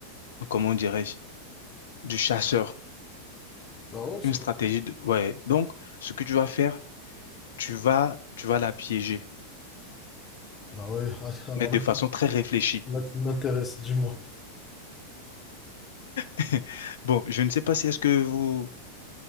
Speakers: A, on the left; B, on the left.
A: comment dirais-je, du chasseur.
B: Ah ouais, c'est
A: Une stratégie
B: quoi?
A: de, ouais. Donc, ce que tu vas faire, tu vas, tu vas la piéger,
B: Ah ouais, <laughs> alors
A: mais de
B: là, tu-
A: façon très réfléchie.
B: là tu m'intéresses, dis-moi.
A: <laughs> Bon, je ne sais pas si est-ce que vous,